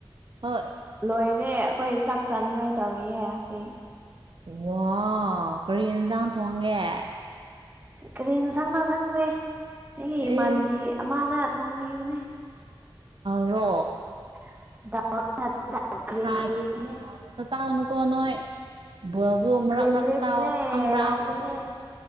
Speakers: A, on the right (about 65°); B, on the right (about 20°).
A: ꯍꯣꯏ
B: ꯂꯣꯏꯔꯦ ꯑꯩꯈꯣꯏ ꯆꯥꯛ ꯆꯥꯅꯤꯡꯉꯥꯏ ꯇꯧꯔꯤꯌꯦ ꯍꯧꯖꯤꯛ
A: ꯋꯥ ꯀꯔꯤ ꯏꯟꯁꯥꯡ ꯊꯣꯡꯒꯦ
B: ꯀꯔꯤꯅ ꯁꯪꯕ ꯈꯪꯗꯦ ꯑꯩꯒꯤ ꯏꯃꯥꯟꯅꯕꯤ
A: ꯏꯁ
B: ꯑꯃꯅ ꯊꯪꯕꯤꯕꯅꯦ
A: ꯔꯣ
B: <inaudible> ꯒ꯭ꯔꯤꯟ
A: ꯥꯏ
B: ꯂꯤꯐꯅꯦ
A: ꯈ ꯊ ꯍꯗ ꯇꯅꯨꯀꯣ ꯅꯣꯏ ꯁꯨ ꯃꯔꯛ
B: ꯒ꯭ꯔꯤꯟ
A: ꯃꯔꯛ
B: ꯂꯤꯐꯅꯦ
A: ꯆꯥꯑꯣ ꯈꯪꯕ꯭ꯔꯥ
B: ꯍꯥꯎꯕꯅꯦ
A: ꯎ